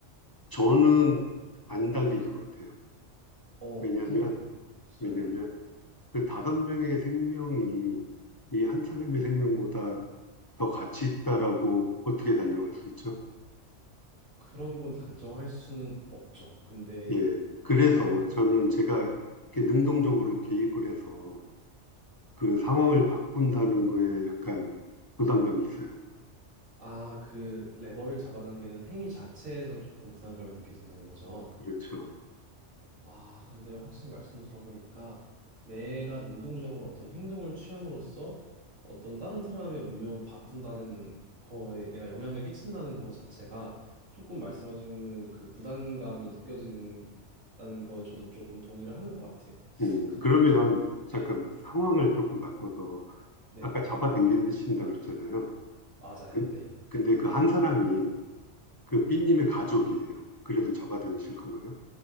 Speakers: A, on the left; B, on the right.
A: 저는 안 당길 것 같아요.
B: 어,
A: 왜냐하면
B: 어떤 것 때문에 진짜
A: 왜냐하면
B: 네.
A: 그 다섯 명의 생명이 이 한 사람의 생명보다 더 가치 있다라고 어떻게 단정할 수 있죠?
B: 그런 건 단정할 수는 없죠. 근데
A: 예. 그래서
B: 저
A: 저는
B: 네.
A: 제가 이렇게 능동적으로 개입을 해서 그 상황을 바꾼다는 거에 약간 부담감이 있어요.
B: 아, 그 레버를 잡아당기는 행위 자체에서 조금 부담감을 느끼신다는 거죠.
A: 그렇죠.
B: 아, 근데 확실히 말씀 들어보니까 내가 능동적으로 어떤 행동을 취함으로써 어떤 다른 사람의 운명을 바꾼다는 거에 내가 영향을 끼친다는 거 자체가 조금 말씀하시는 그 부담감이 느껴지는다는 거에 저도 조금 동의를 하는 것 같아요.
A: 음,
B: 근데
A: 그러면
B: 저,
A: 잠깐
B: 네,
A: 상황을 조금 바꿔서
B: 네,
A: 아까 잡아당기는 데 친다 그랬잖아요.
B: 맞아요.
A: 그-
B: 네.
A: 근데 그 한 사람이 그 B님의 가족이에요. 그래도 잡아당기실 건가요?